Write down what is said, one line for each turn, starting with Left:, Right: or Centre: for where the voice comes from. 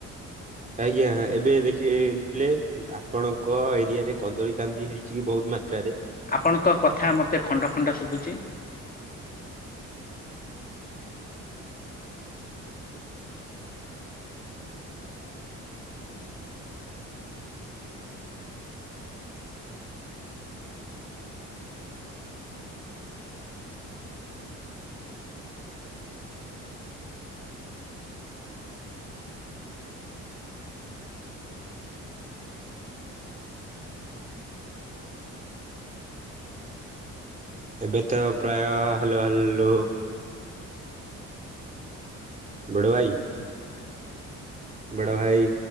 Right: ଆଜ୍ଞା ଏବେ ଦେଖିବେ ପ୍ଲେ ଆପଣଙ୍କ ଏରିଆରେ କଦଳୀ କାନ୍ଦି ହେଇ ଚି ବହୁତ ମାତ୍ରାରେ।
Left: ଆପଣଙ୍କ କଥା ମୋତେ ଖଣ୍ଡ ଖଣ୍ଡ ଶୁବୁଚି।
Right: ଏବେ ତ ପ୍ରାୟ ହ୍ୟାଲୋ ହ୍ୟାଲୋ। ବଡ଼ଭାଇ। ବଡ଼ ଭାଇ।